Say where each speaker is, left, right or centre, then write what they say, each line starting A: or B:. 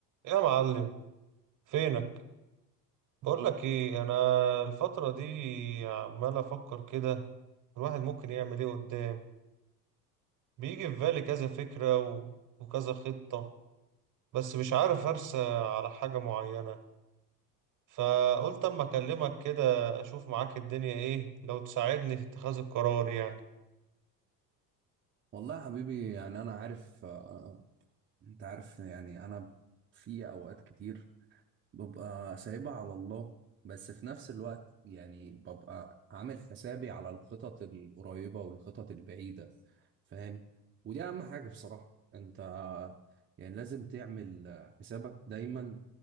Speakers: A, on the right (about 40°); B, on the right (about 25°).
A: يا معلم فينك بقول لك ايه انا الفترة دي عمال افكر كده الواحد ممكن يعمل ايه قدام بيجي في بالي كذا فكرة و... وكذا خطة بس مش عارف ارسى على حاجة معينة فقلت اما اكلمك كده اشوف معاك الدنيا ايه لو تساعدني في اتخاذ القرار يعني
B: والله يا حبيبي يعني انا عارف آه، انت عارف يعني انا في اوقات كتير ببقى سايبها على الله بس في نفس الوقت يعني ببقى عامل حسابي على الخطط القريبة والخطط البعيدة فاهم ودي اهم حاجة بصراحة انت يعني لازم تعمل حسابك دايما